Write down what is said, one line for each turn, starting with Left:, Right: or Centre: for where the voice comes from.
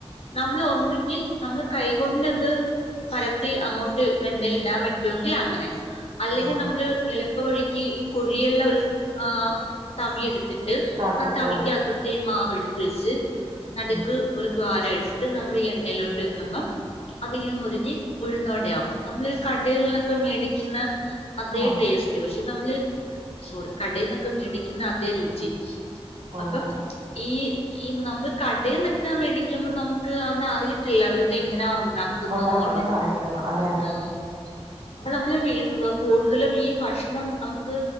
Left: നമ്മൾ ഒന്നുങ്കിൽ നമ്മൾ കൈകൊണ്ട്ത് പരത്തി അങ്ങോട്ട് വെണ്ണൽ ഇടാൻ പറ്റോങ്കിൽ അങ്ങനെ അല്ലെങ്കിൽ
Right: ആ
Left: നമ്മള്
Right: ആ
Left: എളുപ്പ വഴിക്ക് ഈ കുഴിയ്ള്ള ഒരു ആഹ് തവി എട് ട്ട്
Right: തവി
Left: ആഹ് തവിക്കകതോട്ട്
Right: ഓ
Left: ഈ മാവെട്ത്ത് വെച്ച് നട്ക്ക്
Right: ഉം
Left: ഒരു ദ്വാര ഇട്ട്ട്ട് നമ്മൾ ഈ എണ്ണയിലോട്ട് വെക്കുബം അതിങ്ങനെ മുരിഞ്ഞ് ഉഴുന്നു വടയാവും നമ്മൾ കടേൽ ന്നൊക്കെ മേടിക്ക്ന്ന അതേ
Right: ആ
Left: ടേസ്റ്റ് പക്ഷെ നമ്മള് സോറി കടേന്നൊക്കെ മേടിക്ക്ന്ന അതേ രുചി
Right: ഓ
Left: അപ്പം
Right: അങ്ങനെ
Left: ഈ ഈ നമ്മള് കടേന്നൊക്കെ മേടിക്കുമ്പ നമുക്ക് അങ്ങ അറിയത്തില്ല അവരിത് എങ്ങനാ ഉണ്ടാക്ക ക്ക്ന്നന്നുള്ളത്
Right: ഉണ്ടാക്കുന്നേന്ന് അറിയില്ലല്ലോ അതെ അതെ
Left: ഉം അപ്പൊ നമ്മള് എന്താ കൂടുതലും ഈ ഭക്ഷണം നമുക്ക്